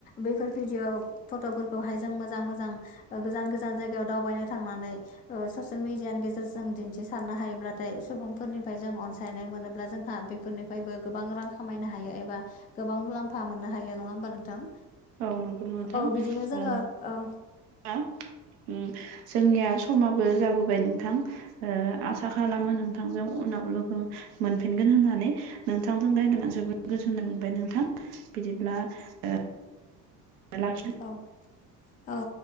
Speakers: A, on the left (about 20°); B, on the right (about 65°).
A: बैफोर भिडिअ' फट'फोरखौहाय जों मोजां मोजां ओ गोजान गोजान जायगायाव दावबायनो थांनानै ओ ससियेल मिडियानि गेजेरजों दिन्थिसारनो हायोब्लाथाय सुबुंफोरनिफ्राय जों अनसायनाय मोनोब्ला जों ह बेफोरनिफ्रायबो गोबां रां खामायनो हायो एबा गोबां मुलाम्फा मोननो हायो नङा होमबा नोंथां?
B: औ नंगौ नथां
A: औ बिदिनो जोङो
B: ओ
A: औ
B: ओम जोंनिया समाबो जाबोबाय नोंथां। ओ आसा खालामो नोंथांजों उनाव लोगो मोनफिनगोन होननानै नोंथांजों रायज्लायनानै जोबोद गोजोननाय मोनबाय नोंथां। बिदिब्ला ओ ला
A: औ औ।